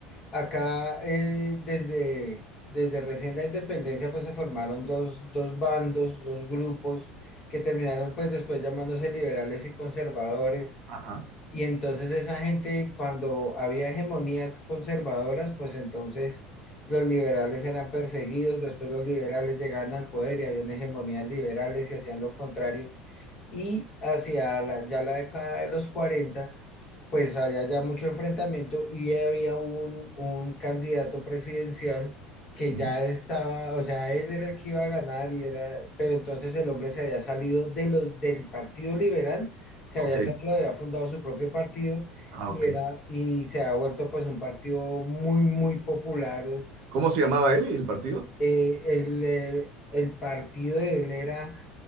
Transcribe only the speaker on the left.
acá eh, desde, desde recién la independencia pues se formaron dos, dos bandos, dos grupos que terminaron pues después llamándose liberales y conservadores.
Y entonces esa gente, cuando había hegemonías conservadoras, pues entonces los liberales eran perseguidos, después los liberales llegaban al poder y habían hegemonías liberales y hacían lo contrario. Y hacia la- ya la década de los 40 pues había ya mucho enfrentamiento y había un, un candidato presidencial que
ya estaba, o sea, él era el que iba a ganar y era, pero entonces el hombre se había salido de los, del Partido Liberal, se había
salido, había fundado su propio partido
y
era, y se ha vuelto pues un partido muy, muy popular.
Eh, el, eh, el partido de él era